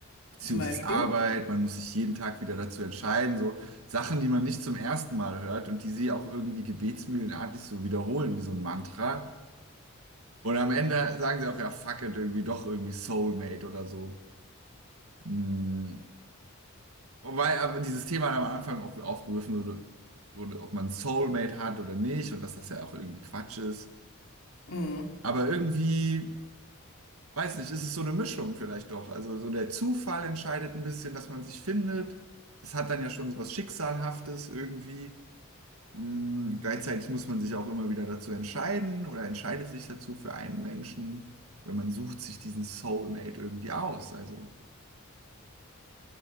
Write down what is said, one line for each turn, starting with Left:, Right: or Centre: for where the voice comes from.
Right: Beziehung
Left: Zum Beispiel.
Right: ist Arbeit, man muss sich jeden Tag wieder dazu entscheiden. So Sachen, die man nicht zum ersten Mal hört und die sie auch irgendwie gebetsmühlenartig so wiederholen, wie so ein Mantra. Und am Ende sagen sie auch, ja, fuck it, irgendwie doch irgendwie Soulmate oder so. Hm. Und Weil aber dieses Thema dann am Anfang auch aufgerufen wurde, wurde, ob man Soulmate hat oder nicht und dass das ja auch irgendwie Quatsch ist.
Left: Mhm.
Right: Aber irgendwie, weiß nicht, ist es so eine Mischung vielleicht doch. Also so der Zufall entscheidet ein bisschen, dass man sich findet. Das hat dann ja schon so was Schicksalhaftes irgendwie. Mm, Gleichzeitig muss man sich auch immer wieder dazu entscheiden oder entscheidet sich dazu für einen Menschen, wenn man sucht sich diesen Soulmate irgendwie aus. Also,